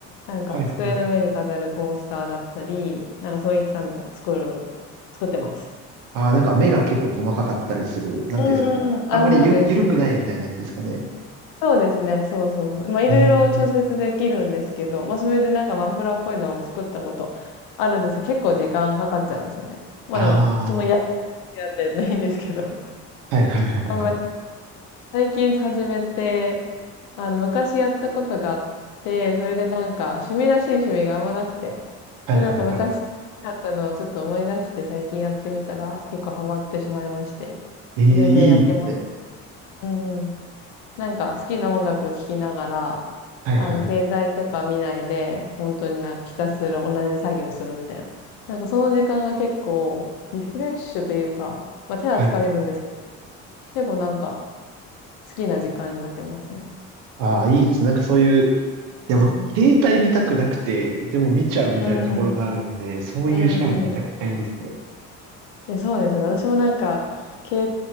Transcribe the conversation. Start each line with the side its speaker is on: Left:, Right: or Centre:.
Left: なんか机の上に飾るコースターだったり、
Right: はい。はい。
Left: なんかそういったのを作る作ってます。
Right: ああなんか目が結構細かかったりする。なんていうんですか。
Left: うんうんうん。あ、
Right: あんまりゆ、
Left: そうです、
Right: ゆるくないみたいなやつですかね。
Left: そうです。そうですね、そうそう。まあ、いろいろ調節できるんですけど、
Right: ええ
Left: まあ、それでなんかマフラーっぽいのを作ったことあるんですけど、結構時間かかっちゃうんですよね。まあでも、
Right: あ
Left: そのやるのが好きなんで <laughs> ないんですけど。<laughs>
Right: あー、はいはいはいはい。
Left: あんまり最近始めて、あの、昔やったことがあって、それでなんか、趣味らしい趣味があんまなくて、
Right: はいはいはい。
Left: で、なんか昔好きだったのをちょっと思い出して最近やってみたら、結構ハマってしまいまして、
Right: ええいいですね。
Left: それでやってます。うんうん。なんか好きな音楽聴きながら、
Right: はいはい。
Left: あの、携帯とか見ないで、本当になんかひたすら同じ作業するみたいな。なんかその時間が結構リフレッシュというか、まあ手は疲れるんですけど、
Right: はい。
Left: 結構なんか好きな時間になってますね。
Right: ああ、いいですね。なんかそういう、いや、
Left: うん。
Right: 僕、携帯見たくなくて、でも見ちゃうみたいなところがあるんで、
Left: うんうん。
Right: そういう趣味めちゃくちゃいいですね。
Left: うんうん。え、そうですよね。私もなんか、携